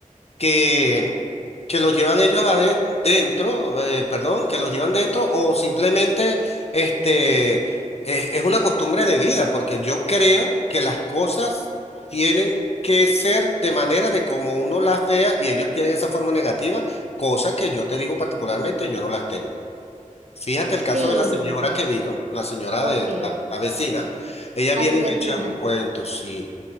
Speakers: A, on the left; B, on the right.
A: que, que los llevan ellos aden- dentro, eh, perdón, que los llevan dentro o simplemente este, es, es una costumbre de vida, porque yo creo que las cosas tienen que ser de manera de como uno las vea y ellos tienen esa forma negativa, cosa que yo te digo particularmente, yo no las tengo. Fíjate el caso
B: sí,
A: de la señora que vino, la señora
B: ok,
A: de la, la vecina, ella
B: a
A: viene
B: tu
A: y
B: vecina,
A: me echa un cuento, sí.